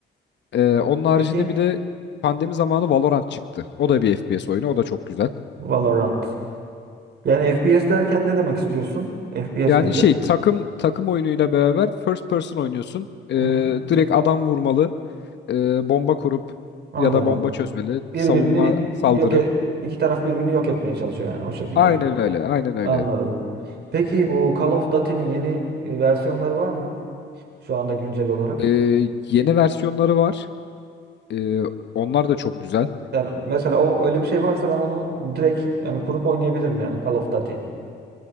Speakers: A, on the left (about 60°); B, on the right (about 55°).
A: E, onun haricinde
B: Peki
A: bir de pandemi zamanı Valorant çıktı. O da bir FPS oyunu. O da çok güzel.
B: Valorant. Yani FPS derken ne demek istiyorsun? FPS
A: Yani
B: nedir?
A: şey takım takım oyunuyla beraber first person oynuyorsun. E,
B: Hı hı.
A: direkt adam vurmalı, e, bomba kurup
B: Anladım.
A: ya da bomba çözmeli,
B: Birbirini
A: savunma saldırı
B: yok e iki taraf birbirini yok etmeye çalışıyor yani o şekilde.
A: Aynen öyle, aynen öyle.
B: Anladım. Peki bu Call of Duty'nin yeni e, versiyonları var mı? Şu anda güncel olarak.
A: Ee, yeni versiyonları var. Ee, onlar da çok güzel.
B: Yani mesela o öyle bir şey varsa ben onu direkt yani kurup oynayabilirim yani Call of Duty.